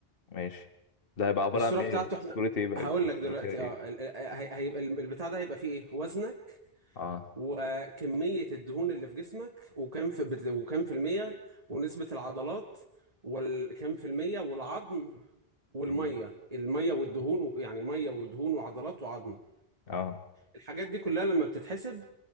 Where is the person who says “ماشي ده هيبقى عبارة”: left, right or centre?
Left